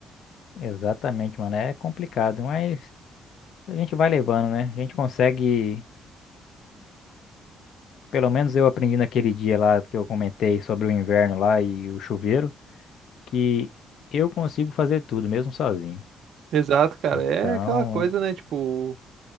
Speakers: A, on the left; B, on the right.
A: Exatamente, mano. É complicado, mas a gente vai levando, né? A gente consegue. Pelo menos eu aprendi naquele dia lá que eu comentei sobre o inverno lá e o chuveiro, que eu consigo fazer tudo, mesmo sozinho.
B: Exato, cara,
A: Então,
B: é aquela coisa, né, tipo